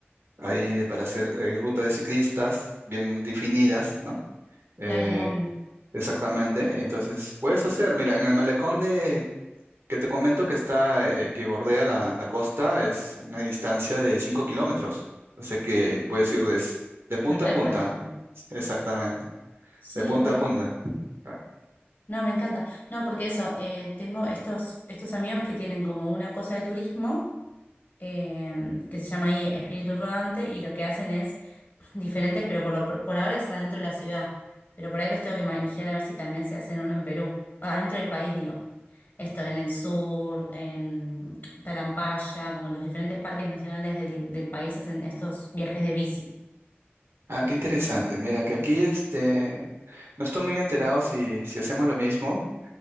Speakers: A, on the right; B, on the left.
A: Hay para hacer eh, ruta de ciclistas bien definidas, ¿no? Eh,
B: claro, obvio.
A: exactamente. Entonces, puedes hacer, mira, en el malecón de, que te comento que está, eh, que bordea la, la costa, es una distancia de 5 kilómetros. O sea que puedes ir de, s- de punta
B: Se re
A: a punta,
B: puede hacer.
A: exactamente,
B: Sí,
A: de punta
B: re.
A: a punta. Ah,
B: No, me encanta. No, porque eso, eh, tengo estos, estos amigos que tienen como una cosa de turismo eh, que se llama ahí Espíritu Rodante y lo que hacen es diferentes, pero por, lo- por ahora está dentro de la ciudad. Pero por ahí los tengo que manejar a ver si también se hacen uno en Perú, adentro del país, digo. Esto en el sur, en Talampaya, como en los diferentes parques nacionales del, del país hacen estos viajes de bici.
A: ah, qué interesante. Mira, que aquí este, no estoy muy enterado si, si hacemos lo mismo.